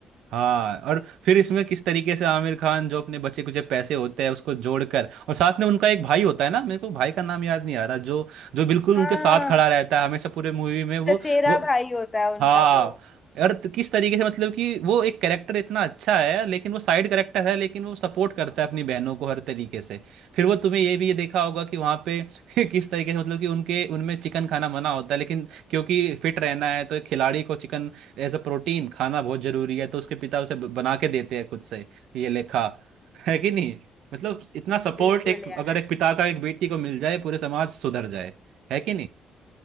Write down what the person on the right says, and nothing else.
हाँ और फिर इसमें किस तरीके से आमिर खान जो अपने बचे कुछ पैसे होते हैं उसको जोड़कर और साथ में उनका एक भाई होता है ना मेरे को भाई का नाम याद नहीं आ रहा जो जो बिल्कुल
उनके साथ खड़ा रहता है हमेशा पूरे मूवी में वो
वो
हाँ
और त- किस तरीके से मतलब कि वो एक कैरेक्टर इतना अच्छा है लेकिन वो साइड कैरेक्टर है लेकिन वो सपोर्ट करता है अपनी बहनों को हर तरीके से फिर वो तुम्हें ये भी ये देखा होगा कि वहाँ पे <laughs> किस तरीके से मतलब कि उनके उनमें चिकन खाना मना होता है लेकिन क्योंकि फिट रहना है तो एक खिलाड़ी को चिकन एज अ प्रोटीन खाना बहुत जरूरी है तो उसके पिता उसे ब- बना के देते हैं खुद से ये लेखा <laughs> है कि नहीं मतलब इतना सपोर्ट
एक
अगर एक पिता का एक बेटी को मिल जाए पूरे समाज सुधर जाए है कि